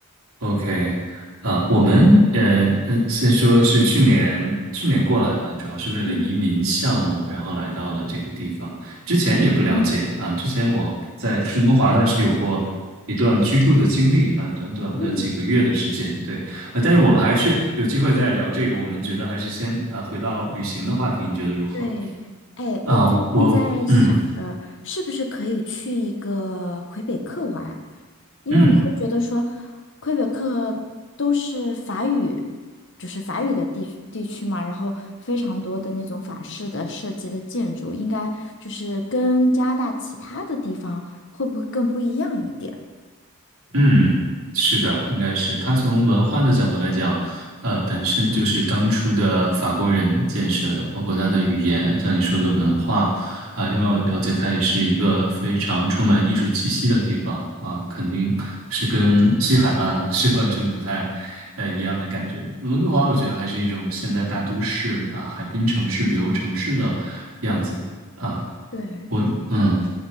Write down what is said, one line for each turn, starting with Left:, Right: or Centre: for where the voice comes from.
Right: OK，啊，我们呃呃，先说是去年去年过来的，主要是为了移民项目，
Left: 嗯，
Right: 然后来到了这个地方。之前也不了解啊，
Left: 然后，
Right: 之前我在温哥华那是有过一段居住的经历啊，短短的几个月的时间，
Left: 嗯。
Right: 对，呃，但是我们还是有机会再聊这个，我们觉得还是先啊回到旅行的话题，你觉得如何？
Left: 对，哎，
Right: 啊，
Left: 我最近在想着，
Right: 我嗯
Left: 是不是可以去一个魁北克玩儿因为我会觉得说，
Right: 嗯。
Left: 魁北克都是法语，就是法语的地区地区嘛，然后非常多的那种法式的设计的建筑，应该就是跟加拿大其他的地方会不会更不一样一点？
Right: 嗯，是的，应该是他从文化的角度来讲，呃，本身就是当初的法国人建设的，包括他的语言，像你说的文化啊，另外我了解它也是一个非常充满艺术气息的地方啊，肯定是跟西海岸是完全不太呃一样的感觉。温哥华我觉得还是一种现代大都市啊，海滨城市、旅游城市的样子啊，
Left: 对，
Right: 我嗯